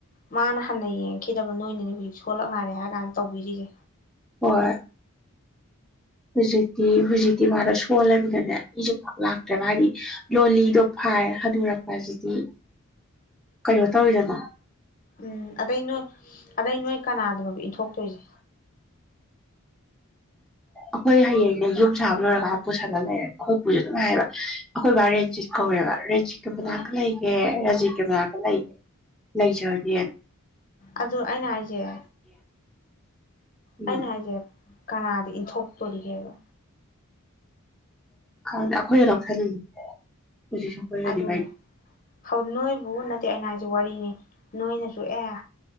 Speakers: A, on the left; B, in the centre.
A: ꯃꯥꯅ ꯍꯟꯅ ꯌꯦꯡꯈꯤꯗꯕ ꯅꯣꯏꯅꯅꯤ ꯍꯧꯖꯤꯛ ꯁꯣꯜꯂꯛ ꯅꯥꯔꯦ ꯍꯥꯏꯔ ꯀꯥꯟꯗ ꯇꯧꯕꯤꯔꯤꯁꯦ
B: ꯍꯣꯏ ꯍꯧꯖꯤꯛꯇꯤ ꯍꯧꯖꯤꯛꯇꯤ ꯃꯥꯗꯣ ꯁꯣꯜꯂꯃꯤꯗꯅꯦ ꯃꯤꯁꯨ ꯄꯥꯛ ꯂꯥꯛꯇ꯭ꯔꯦꯕ ꯍꯥꯏꯗꯤ ꯂꯣꯂꯤꯗꯣ ꯐꯥꯏ ꯍꯅꯨꯔꯛꯄꯁꯤꯗꯤ ꯀꯩꯅꯣ ꯇꯧꯔꯤꯗꯅꯣ
A: ꯎꯝ ꯑꯗꯩ ꯅꯣ ꯑꯗꯩ ꯅꯣꯏ ꯀꯅꯥꯗꯅꯣ ꯊꯣꯛꯇꯣꯏꯁꯦ
B: ꯑꯩꯈꯣꯏ ꯍꯌꯦꯡꯅꯦ ꯌꯨꯝ ꯁꯥꯕ ꯂꯣꯏꯔꯒ ꯄꯨꯁꯜꯂ ꯂꯩꯔꯦ ꯈꯣꯏꯄꯨꯁꯨ ꯑꯗꯨꯝ ꯉꯥꯏꯌꯦꯕ ꯑꯩꯈꯣꯏꯕꯥꯔꯦ ꯔꯟꯖꯤꯠ ꯀꯧꯋꯦꯕ ꯔꯖꯤꯠꯀꯤ ꯃꯅꯥꯛ
A: ꯎꯝ
B: ꯂꯩꯒꯦ ꯔꯖꯤꯠꯀꯤ ꯃꯅꯥꯛ ꯂꯩ ꯂꯩꯖꯗꯤꯌꯦ
A: ꯑꯗꯨ ꯑꯩꯅ ꯍꯥꯏꯖꯩ
B: ꯎꯝ
A: ꯑꯩꯅ ꯍꯥꯏꯖꯩ ꯀꯅꯥꯗ ꯏꯟꯊꯣꯛꯇꯣꯔꯤꯒꯦꯕ
B: ꯈꯪ ꯑꯩꯈꯣꯏꯅ ꯂꯧꯁꯜꯂꯤꯅꯤ ꯍꯧꯖꯤꯛꯁꯨ ꯑꯩꯈꯣꯏꯒꯅꯤ
A: ꯑꯗꯨꯅꯦ ꯅꯣꯏꯕꯨ ꯅꯠꯇꯦ ꯑꯩꯅ ꯍꯥꯏꯁ ꯋꯥꯔꯤꯅꯤ ꯅꯣꯏꯅꯁꯨ ꯑꯦ